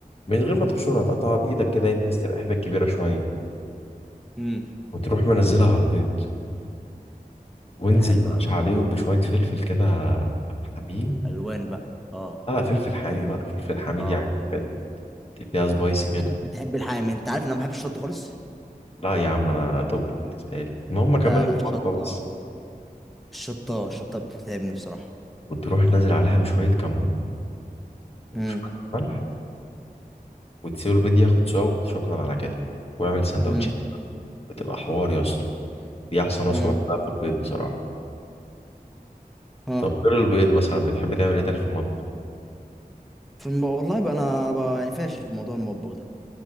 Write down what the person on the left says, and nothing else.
من غير ما تبشرها تقطعها بإيدك كده إيه، بحيث تبقى حبة كبيرة شوية
وتروح منزلها على البيض وانزل
يا باشا
عليهم بشوية فلفل كده حمين
لا لا فلفل حامي بقى فلفل حميد
يعني بجد تديها سبايسي كده
لا يا عم أنا توب بالنسبة لي المهم أكمل
لك
الخلطة بس
وتروح نازل عليها بشوية كمون وشوية
ملح وتسيب البيض ياخد سوا شكرا على كده واعمل سندوتش
بتبقى حوار يا اسطى دي احسن وصفه
بحبها في البيض بصراحه
طب غير البيض مثلا بتحب تعمل ايه تاني في المطبخ